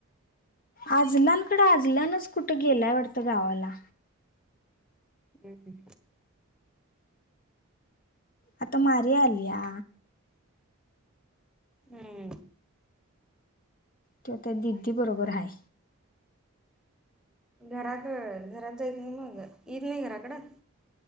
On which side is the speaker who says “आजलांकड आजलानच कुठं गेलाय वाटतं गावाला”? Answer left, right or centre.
Left